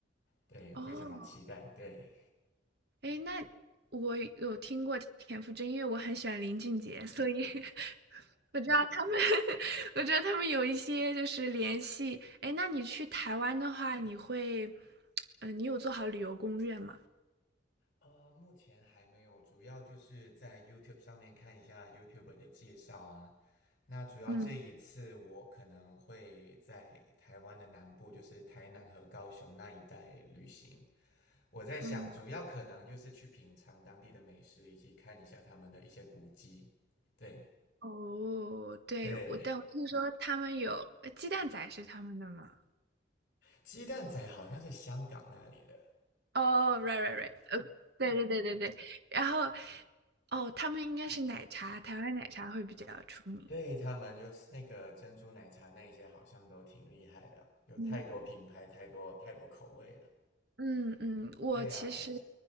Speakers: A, on the left; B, on the right.
A: 对，
B: 哦，
A: 我非常的期待。对，
B: 哎，那我有听过田馥甄，因为我很喜欢林俊杰，所以 <laughs> 我知道他们 <laughs> 我知道他们有一些就是联系。哎，那你去台湾的话，你会，嗯、你有做好旅游攻略吗？
A: 呃，目前还没有，主要就是在 YouTube 上面看一下 YouTuber 的介绍啊。那主要这一次我可能会在台湾的南部，
B: 嗯
A: 就是台南和高雄那一带旅行。我在想，
B: 嗯，
A: 主要可能就是去品尝当地的美食，以及看一下他们的一些古迹。对
B: 哦，对，
A: 对，
B: 我，但我听说他们有，呃鸡蛋仔是他们的吗？
A: 鸡蛋仔好像是香港那里的，
B: 哦，right right right，呃，对对对对对，然后哦，他们应该是奶茶，台湾奶茶会比较出名。
A: 对他们就是那个珍珠奶茶那些，好像都挺厉害的，有太多品牌，
B: 嗯
A: 太多太多口味了。
B: 嗯嗯，我其实
A: 对呀、对呀、